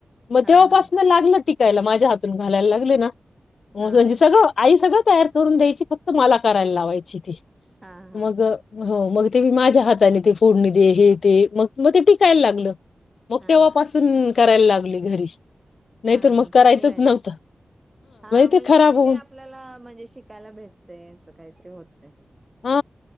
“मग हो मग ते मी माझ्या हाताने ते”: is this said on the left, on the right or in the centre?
Left